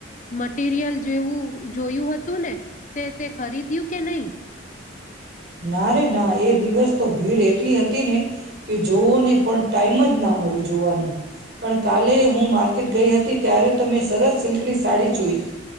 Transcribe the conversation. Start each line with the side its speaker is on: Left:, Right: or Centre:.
Left: મટીરિયલ જેવું જોયું હતું ને તે તે ખરીદ્યું કે નહી?
Right: ના રે ના એ દિવસ તો ભીડ એટલી હતી ને કે જોવોને પણ ટાઈમ જ ના મળ્યું જોવાનું. પણ કાલે હું માર્કેટ ગઈ હતી. તી ત્યારે તો મેં સરસ સિલ્કની સાડી જોઈ